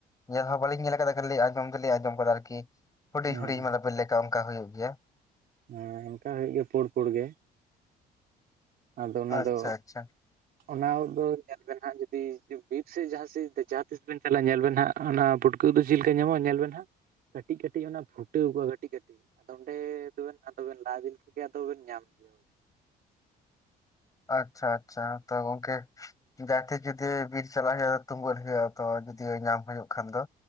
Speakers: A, on the left; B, on the right.
A: ᱧᱮᱞ ᱦᱚᱸ ᱵᱟᱞᱤᱧ ᱧᱮᱞ ᱟᱠᱟᱫᱟ ᱠᱷᱟᱹᱞᱤ ᱟᱸᱡᱚᱢ ᱫᱚᱞᱤᱧ ᱟᱸᱡᱚᱢ ᱟᱠᱟᱫᱟ ᱟᱨᱠᱤ᱾ ᱦᱩᱰᱤᱧ
B: ᱦᱮᱸ
A: ᱦᱩᱰᱤᱧ ᱢᱟᱱᱮ ᱵᱮᱞᱮ ᱞᱮᱠᱟ ᱚᱱᱠᱟ ᱦᱩᱭᱩᱜ ᱜᱮᱭᱟ᱾
B: ᱦᱮᱸ ᱚᱱᱠᱟ ᱦᱩᱭᱩᱜ ᱜᱮᱭᱟ ᱯᱩᱲ ᱯᱩᱲ ᱜᱮ ᱟᱫᱚ ᱚᱱᱟ
A: ᱟᱪᱪᱷᱟ
B: ᱫᱚ
A: ᱟᱪᱪᱷᱟ
B: ᱚᱱᱟ ᱫᱚ ᱧᱮᱞ ᱵᱮᱱ ᱦᱟᱸᱜ ᱡᱩᱫᱤ ᱵᱤᱨ ᱥᱮᱫ ᱡᱟᱦᱟᱸ ᱥᱮᱫ ᱡᱟᱦᱟᱸ ᱛᱤᱥ ᱵᱮᱱ ᱪᱟᱞᱟᱜᱼᱟ ᱧᱮᱞ ᱵᱮᱱ ᱦᱟᱸᱜ ᱚᱱᱟ ᱯᱷᱩᱴᱠᱟᱹ ᱫᱚ ᱪᱮᱫ ᱞᱮᱠᱟ ᱧᱟᱢᱚᱜᱼᱟ ᱧᱮᱞ ᱵᱮᱱ ᱦᱟᱸᱜ ᱠᱟᱹᱴᱤᱡ ᱠᱟᱹᱴᱤᱡ ᱚᱱᱟ ᱯᱷᱩᱴᱟᱹᱣ ᱠᱚᱣᱟ ᱠᱟᱹᱴᱤᱡ ᱠᱟᱹᱴᱤᱡ ᱟᱫᱚ ᱚᱸᱰᱮ ᱟᱵᱮᱱ ᱟᱫᱚᱵᱮᱱ ᱞᱟᱦ ᱤᱫᱤ ᱞᱮᱠᱷᱟᱡ ᱜᱮ ᱟᱫᱚᱚᱵᱮᱱ ᱧᱟᱢ ᱠᱮᱭᱟ᱾
A: ᱟᱪᱪᱷᱟ ᱟᱪᱪᱷᱟ ᱛᱚ ᱜᱚᱝᱠᱮ ᱡᱟᱛᱮ ᱡᱩᱫᱤ ᱵᱤᱨ ᱪᱟᱞᱟᱜ ᱦᱩᱭᱩᱜᱼᱟ ᱛᱩᱢᱵᱟᱹᱞ ᱦᱳᱜᱼᱟ ᱛᱚ ᱡᱩᱫᱤ ᱧᱟᱢ ᱦᱩᱭᱩᱜ ᱠᱷᱟᱱ ᱫᱚ᱾